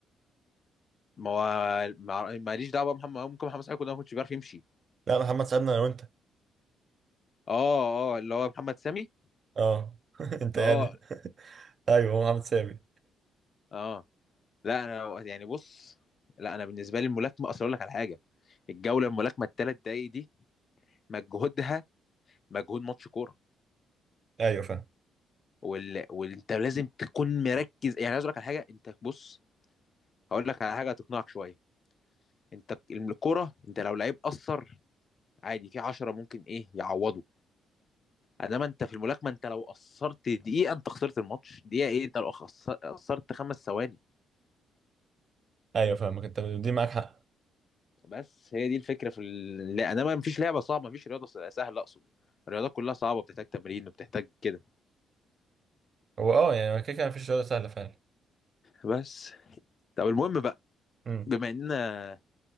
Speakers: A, on the left; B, on the right.
A: ما هو ما- ماليش دعوة بقى محمد ممكن محمد صلاح يكون ده ما كنتش بيعرف يمشي
B: لا محمد سعدنا انا وانت
A: اه اه اللي هو محمد سامي
B: اه <laughs> انت يعني
A: اه
B: <laughs> ايوه هو محمد سامي
A: اه لا انا يعني بص لا انا بالنسبة لي الملاكمة اصل اقول لك على حاجة الجولة الملاكمة الثلاث دقايق دي مجهودها مجهود ماتش كوره
B: ايوه فاهم
A: وال... وانت لازم تكون مركز يعني عايز اقول لك على حاجه انت بص هقول لك على حاجه هتقنعك شويه انت الكوره انت لو لعيب قصر عادي في 10 ممكن ايه يعوضوا انما انت في الملاكمه انت لو قصرت دقيقه انت خسرت الماتش دقيقه ايه انت لو خسر- قصرت خمس ثواني
B: ايوه فاهمك انت دي معاك حق
A: بس هي دي الفكره في ال... لا انما مفيش لعبه صعبه مفيش رياضه س- سهله اقصد الرياضات كلها صعبه بتحتاج تمرين وبتحتاج كده
B: هو اه يعني كده كده مفيش رياضه سهله فعلا
A: بس طب المهم بقى
B: امم
A: بما اننا